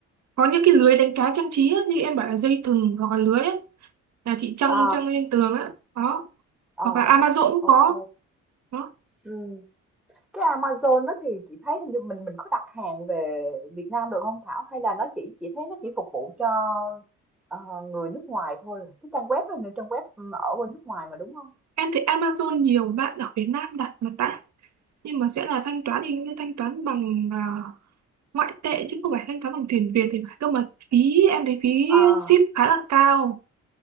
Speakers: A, on the right; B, in the centre.
A: có những cái lưới đánh cá trang trí ấy, như em bảo là dây thừng hoặc là lưới ấy, là chị trăng
B: Ờ.
A: trăng lên tường á đó
B: Ờ.
A: hoặc là Amazon cũng
B: Ok.
A: có đó
B: Ừ. Cái Amazon đó thì chị thấy hình như mình mình có đặt hàng về Việt Nam được không Thảo? Hay là nó chỉ chị thấy nó chỉ phục vụ cho ờ, người nước ngoài thôi. Cái trang web đó là trang web ừ, ở bên nước ngoài mà đúng không?
A: em thấy Amazon nhiều bạn ở Việt Nam đặt mà tại nhưng mà sẽ là thanh toán thì thanh toán bằng à, ngoại tệ chứ không phải thanh toán bằng tiền Việt thì phải cơ mà phí em thấy phí
B: à
A: ship khá là cao